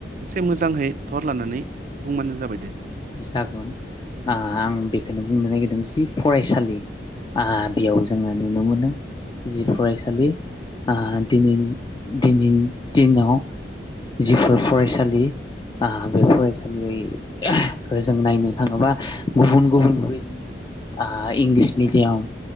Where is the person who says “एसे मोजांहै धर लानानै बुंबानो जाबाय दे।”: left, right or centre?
Right